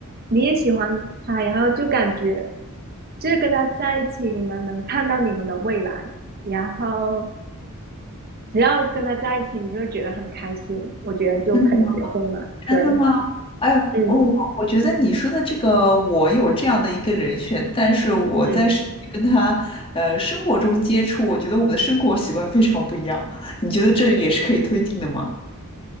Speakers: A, on the right; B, on the left.
A: 你也喜欢他，然后就感觉就是跟他在一起，你们能看到你们的未来，然后只要跟他在一起，你就会觉得很开心，我觉得就可以结婚了。
B: 真的真的吗？
A: 对，
B: 哎呦，
A: 嗯，
B: 我我觉得你说的这个，我有这样的一个人选，但是我在实际跟他，
A: 嗯，
B: 呃，生活中接触，我觉得我们的生活习惯非常不一样。你觉得这也是可以推进的吗？